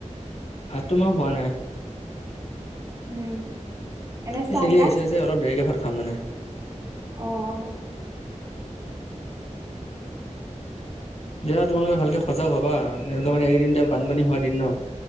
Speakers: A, on the left; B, on the right.
A: ভাত তো মই খোৱা নাই।
B: উম। এনে
A: এ
B: চাহ
A: চেলি
B: তাহ
A: আহিছে যে অলপ দেৰিকে ভাত খাম মানে।
B: অ, অ।
A: দিয়া তোমালোকে ভালকে সজাগ হ'বা। এনেকুৱা মানে এইকেইদিন এতিয়া বানপানী হোৱা দিন ন।